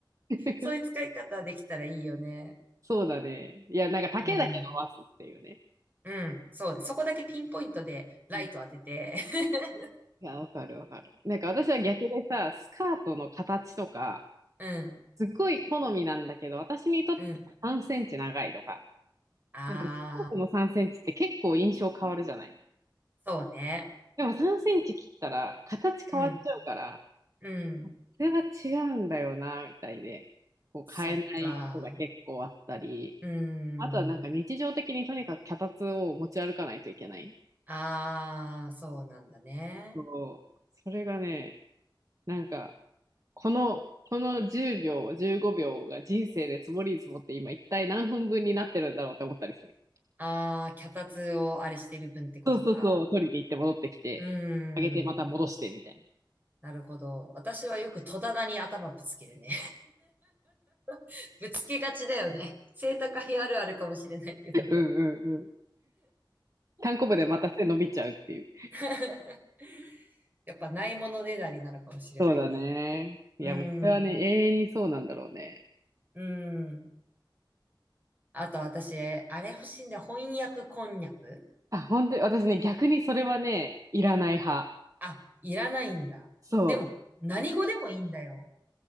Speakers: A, on the right; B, on the right.
A: <laughs>
B: そういう使い方できたらいいよね。
A: そうだね。いや、なんか丈だけ伸ばすっていうね。
B: うん。うん、そうね。そこだけピンポイントでライト当てて。
A: うん、い
B: <laughs>
A: や、わかるわかる。なんか私は逆でさ、スカートの形とか、
B: うん、
A: すっごい好みなんだけど、私にとって3センチ長いとか、
B: うん。ああ、
A: なんかスカートの3センチって結構印象変わるじゃない。
B: そうね。
A: でも3センチ切ったら形変わっちゃうから、
B: うん、うん。
A: これは違うんだよな、みたいで、こう変えないことが結構あったり。
B: そっか。うん。
A: あとはなんか日常的にとにかく脚立を持ち歩かないといけない。
B: ああ、そうなんだね。
A: そう。それがね、なんか、この、この10秒、15秒が人生で積もりに積もって今一体何分分になってるんだろうって思ったりする。
B: ああ、脚立をあれしてる分ってことか。
A: そうそうそう、取りに行って戻ってきて、
B: うー
A: 上げてまた戻してみたいな。
B: ん。なるほど。私はよく戸棚に頭ぶつけるね。<laughs> ぶつけがちだよね。背高いあるあるかもしれないけど。
A: <laughs> うんうんうん。単行部でまた背伸びちゃうっていう。
B: <laughs> やっぱないものねだりなのかもしれないね。
A: そうだね。いや、
B: うーん。
A: もうこれはね、永遠にそうなんだろうね。
B: うん。あと私、あれ欲しいんだよ。翻訳こんにゃく。
A: あ、本当に私ね、逆にそれはね、いらない派。
B: あ、いらないんだ。
A: そう。
B: でも、何語でもいいんだよ。